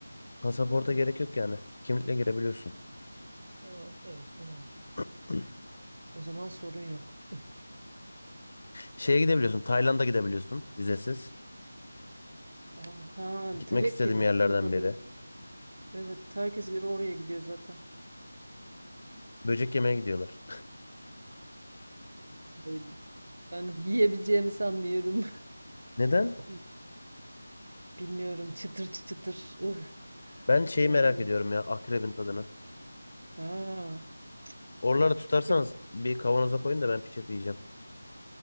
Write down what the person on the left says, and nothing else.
Pasaporta
gerek yok yani. Kimlikle girebiliyorsun.
<laughs>
Şeye gidebiliyorsun. Tayland'a gidebiliyorsun vizesiz.
Gitmek
istediğim yerlerden
biri.
Böcek yemeye gidiyorlar.
Neden?
Ben şeyi
merak ediyorum ya akrebin tadını.
Oraları
tutarsanız
bir kavanoza koyun da ben pişirip yiyeceğim.